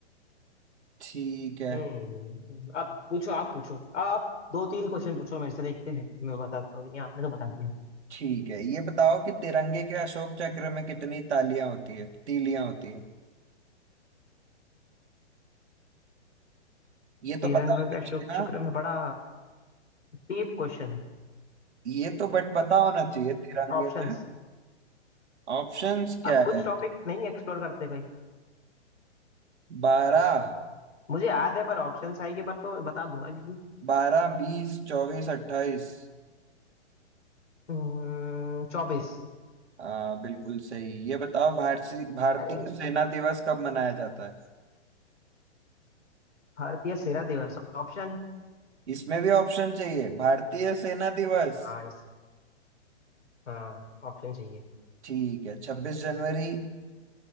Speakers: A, on the right; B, on the left.
A: ठीक है
B: हम्म अब पूछो आप पूछो आप दो तीन क्वेश्चन पूछो मेरे से देखते हैं मैं बताता हूँ कि नहीं, आपने तो बता दिया
A: ठीक है ये बताओ कि तिरंगे के अशोक चक्र में कितनी तालियां होती है तीलियां होती है ये तो
B: श्रीलंका
A: पता होना
B: के अशोक
A: चाहिए ना
B: चक्र में बड़ा डीप क्वेश्चन है
A: ये तो बट पता होना चाहिए तिरंगे
B: ऑप्शंस
A: में ऑप्शंस क्या
B: आप कुछ
A: है
B: टॉपिक नहीं एक्सप्लोर करते कोई
A: बारह
B: मुझे याद है पर ऑप्शंस आएंगे पर तो बता दूंगा क्योंकि
A: बारह बीस चौबीस अट्ठाईस
B: हम्म, चौबीस
A: हाँ बिल्कुल सही ये बताओ भारतीय भारतीय
B: अरे
A: सेना दिवस कब मनाया जाता है
B: भारतीय सेना दिवस ऑप्शन
A: इसमें भी ऑप्शन चाहिए भारतीय सेना दिवस
B: हाँ इस हाँ ऑप्शन चाहिए
A: ठीक है छब्बीस जनवरी